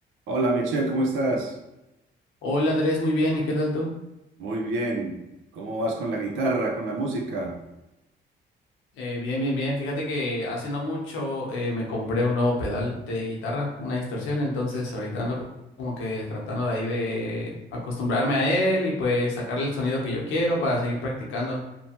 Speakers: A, on the right (about 80°); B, on the left (about 85°).
A: Hola Michelle, ¿cómo estás?
B: Hola Andrés, muy bien, ¿y qué tal tú?
A: Muy bien. ¿Cómo vas con la guitarra, con la música?
B: Eh, bien, bien, bien. Fíjate que hace no mucho eh, me compré un nuevo pedal de guitarra, una distorsión, entonces ahorita ando co- como que tratando de ahí de acostumbrarme a él y pues sacarle el sonido que yo quiero para seguir practicando.